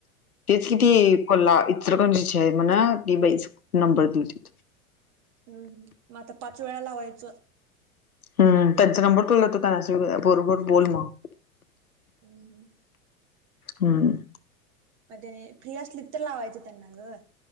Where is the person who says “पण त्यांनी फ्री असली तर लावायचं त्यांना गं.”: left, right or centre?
Right